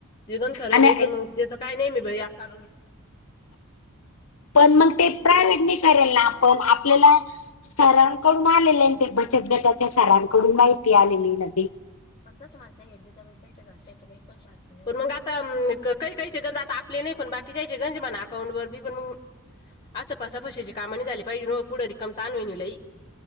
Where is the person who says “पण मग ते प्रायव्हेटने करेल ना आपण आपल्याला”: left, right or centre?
Left